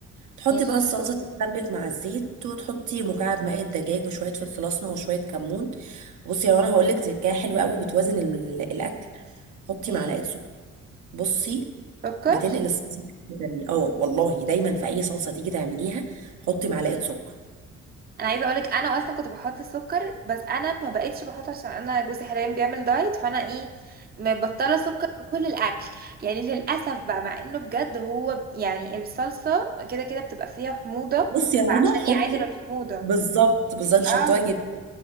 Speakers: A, on the right; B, on the right.
A: تحطي
B: ماشي
A: بقى الصلصة تتسبك مع الزيت وتحطي مكعب ماء الدجاج وشوية فلفل أسمر وشوية كمون بصي يا رنا هقولك تركاية حلوة قوي بتوازن ال- الأكل حطي
B: ايه
A: معلقة سكر بصي
B: سكر
A: بتنقل الصلصه في حته تانية اه والله دايما في اي صلصه تيجي تعمليها حطي معلقه سكر
B: انا عايزه اقولك انا اصلا كنت بحط السكر بس انا ما بقتش بحط عشان انا جوزي حاليا بيعمل دايت فانا ايه مبطله سكر في كل الاكل يعني للاسف بقى مع انه بجد هو ب- يعني الصلصه كده كده بتبقى فيها حموضه
A: بصي يا رنا
B: فعشان
A: حطي
B: يعادل الحموضه
A: بالظبط بالظبط شطايه
B: اه
A: جدا